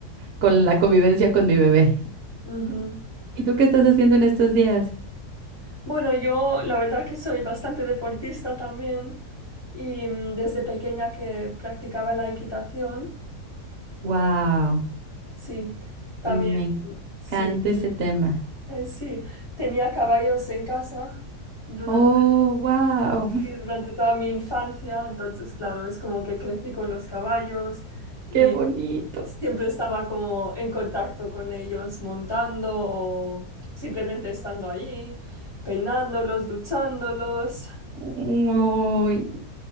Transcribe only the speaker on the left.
Ujú.
Bueno, yo la verdad que soy bastante deportista también y mm, desde pequeña que practicaba la equitación,
sí, también,
mm, sí,
sí,
sí. Eh, sí, tenía caballos en casa durante
Sí, durante toda mi infancia, entonces, claro, es como que crecí con los caballos
y
siempre estaba como en contacto con ellos montando o simplemente estando ahí, peinándolos, duchándolos.